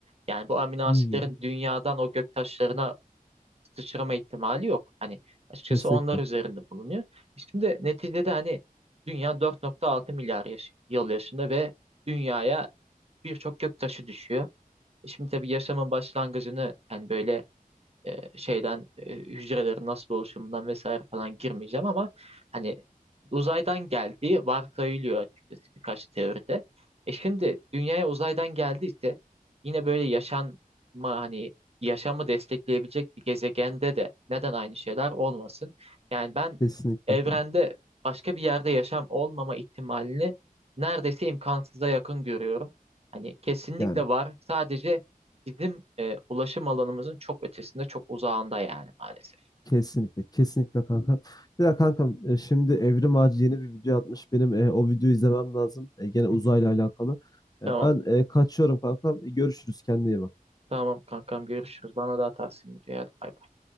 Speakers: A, on the right; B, on the left.
A: Yani bu amino asitlerin
B: Hmm,
A: dünyadan o gök taşlarına sıçrama ihtimali yok. Hani açıkçası
B: kesinlikle.
A: onlar üzerinde bulunuyor. E Şimdi neticede hani dünya 4.6 milyar yaş- yıl yaşında ve dünyaya birçok gök taşı düşüyor. E Şimdi tabii yaşamın başlangıcını yani böyle e, şeyden e, hücrelerin nasıl oluşumundan vesaire falan girmeyeceğim ama hani uzaydan geldiği varsayılıyor açıkçası birkaç teoride. E şimdi dünyaya uzaydan geldiyse yine böyle yaşanma hani yaşamı destekleyebilecek bir gezegende de neden aynı şeyler olmasın? Yani ben
B: Kesinlikle.
A: evrende başka bir yerde yaşam olmama ihtimalini neredeyse imkansıza yakın görüyorum. Hani kesinlikle
B: Yani
A: var. Sadece bizim e, ulaşım alanımızın çok ötesinde, çok uzağında yani maalesef.
B: Kesinlikle, kesinlikle kankam Ya kankam e, şimdi Evrim Ağacı yeni bir video atmış. Benim e, o videoyu izlemem lazım. E, gene uzayla
A: Hı hı.
B: alakalı. E,
A: Tamam.
B: ben e, kaçıyorum kankam. E, görüşürüz kendine iyi bak.
A: Tamam kankam görüşürüz. Bana daha tavsiye edeceğim. Hadi bay bay.